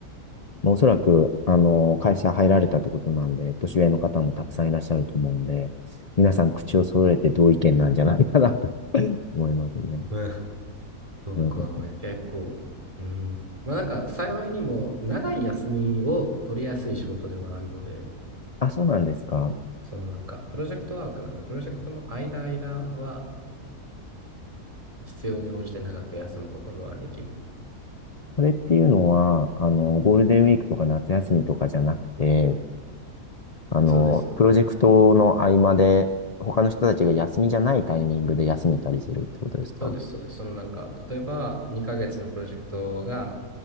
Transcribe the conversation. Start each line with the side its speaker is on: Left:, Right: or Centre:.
Left: まあおそらく、あの、会社入られたってことなんで、年上の方もたくさんいらっしゃると思うんで、皆さん口を揃えて同意見なんじゃないかなと <laughs> 思いますね。
Right: うんそうか。
Left: <laughs> うん
Right: いや結構。うん。まあなんか幸いにも長い休みを取りやすい仕事ではあるので、
Left: あ、そうなんですか。
Right: そのなんかプロジェクトワークなので、プロジェクトの間間は必要に応じて長く休むこともできる。
Left: これっていうのは、あの、ゴールデンウィークとか夏休みとかじゃなくて、あの、
Right: そうです、そうです。
Left: プロジェクトの合間で、他の人たちが休みじゃないタイミングで休めたりするってことですか
Right: そうです、そうです。そのなんか、例えば2ヶ月のプロジェクトが、